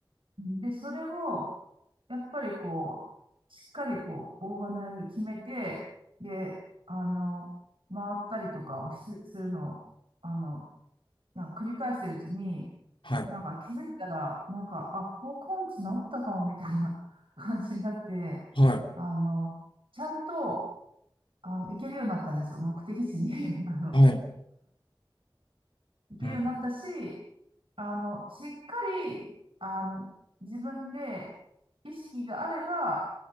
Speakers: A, on the right; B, on the left.
A: で、それを、やっぱりこう、しっかりこう、オーガナイズ決めて、で、あの、回ったりとかをしするのを、あの、なんか繰り返してるうちに、
B: はい、
A: なんか気づいたら、なんか、あ、方根治治ったかもみたいな <laughs> 感じになって、
B: はい、
A: あの、ちゃんと、あの、行けるようになったんですよ。目的地に <laughs> あの、
B: はい。
A: 行けるようになったし、
B: うん、
A: あの、しっかり、あの、自分で意識があれば、